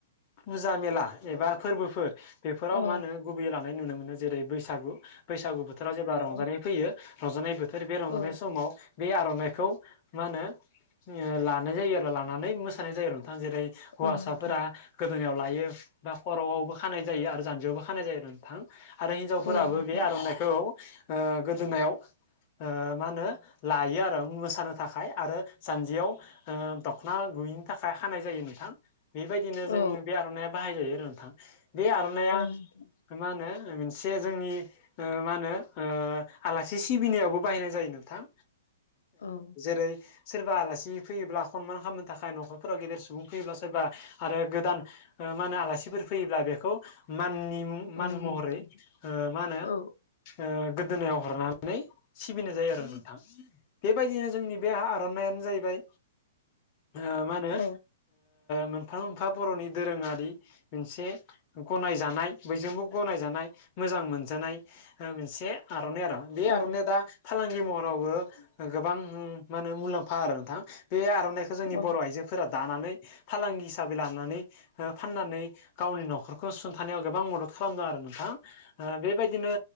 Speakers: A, on the left; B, on the left.
A: फुजा मेला एबा फोरबोफोर बेफोराव
B: औ
A: मा होनो गुबैयै लानाय नुनो मोनो, जेरै बैसागु बैसागु बोथोराव जेब्ला
B: औ
A: रंजानाय फैयो रंजानाय बोथोर बे रंजानाय
B: औ
A: समाव बे आर'नाइखौ मा होनो? लानाय जायो आरो लानानै मोसानाय जायो आरो नोंथां जेरै हौवासाफोरा
B: औ नोंथां
A: गोदोोनायाव लायो बा खर'आवबो खानाय जायो आरो जानजियावबो खानाय जायो थां आरो हिनजावफोराबो
B: औ नोंथां
A: बे आर'नाइखौ गोदोनायाव मा होनो लायो आरो मोसानो थाखाय आरो सानजियाव दख'ना गुयैनि थाखाय हानाय जायो नोंथां बेबायदिनो जों
B: औ
A: बे आर'नाइाब बाहाय जायो आरो नोंथां बे आर'नायइया
B: औ नोंथां
A: मा होनो मोनसे जोंनि मा होनो आलासि सिबिनायावबो बाहायनाय जायो नोंथां
B: औ
A: जेरै सोरबा आलासि फैयोब्ला सनमान खालामनो थाखाय न'खरफोराव गेदेर सुबुं फैयोब्ला सोरबा आरो गोदान मा होनो आलासिफोर फैयोब्ला बेखौ माननि
B: औ
A: मान
B: नोंथां
A: महरै मा होनो
B: औ
A: गोदोनायाव हरनानै सिबिनाय जायो आरो नोंथां बेबायदिनो जोंनि बे नाय जाहैबाय ओ मा होनो
B: औ
A: मोनफा मोनफा बर'नि दोरोङारि मोनसे गनायजानाय बयजोंबो गनायजानाय मोजां मोनजानाय मोनसे आर'नाइ आरो बे
B: औ
A: आर'नाइ दा फालांगि महरावबो गोबां मे मुलाम्फा आरो नोंथां बे खालामनायखौ जोंनि
B: औ
A: बर' आइजोफोरा दानानै फालांगि हिसाबै लानानै फाननानै गावनि न'खरखौ सुुंथानायाव गोबां मदद खालामदों आरो नोंथां बे बेबायदिनो